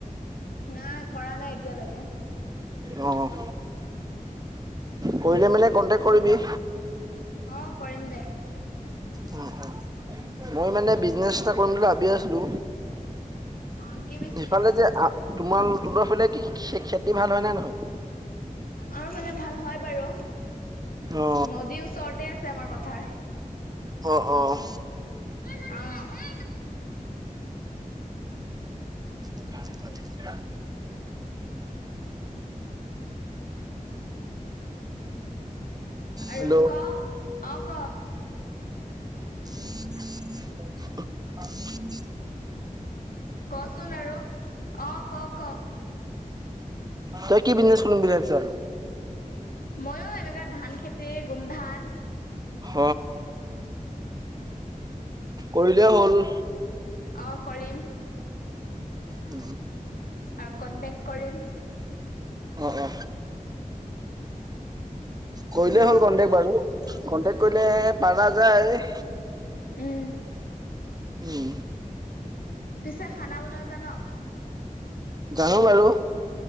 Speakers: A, on the left; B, on the right.
A: নাই কৰা নাই এতিয়ালৈকে।
B: অ', কৰিলে মানে কন্টেক্ট কৰিবি?
A: অ' কৰিম দে।
B: উম, উম মই মানে বিজনেচ এটা কৰিম বুলি ভাবিয়ে আছিলো।
A: অ কি বিজনেচ
B: সিফালে যে আ তোমাৰ তহ'তৰ ফালে কি খে খেতি ভাল হয় নে নহয়?
A: আমাৰ ফালে ভাল হয় বাৰু,
B: অ
A: নদীৰ ওচৰতে আছে আমাৰ পথাৰ।
B: অ', অ'।
A: অ'।
B: <unintelligible>
A: <unintelligible> আৰু
B: হেল্ল'
A: ক অ' ক?
B: <inaudible> <unintelligible>
A: কচোন আৰু অ' ক ক?
B: তই কি বিজনেচ কৰিম বুলি ভাবিছ আৰু?
A: ময়ো এনেকুৱা ধান খেতি, গোমধান
B: হ। কৰিলে হ'ল।
A: অ' কৰিম।
B: উম।
A: আৰু কণ্টেক্ট কৰিম
B: অ', অ'। কৰিলেই
A: অ
B: হ'ল কণ্টেক্ট বাৰু, কণ্টেক্ট কৰিলে পাৰা যায়।
A: উম।
B: উম।
A: পিছে খানা বনাব জান?
B: জানো বাৰু।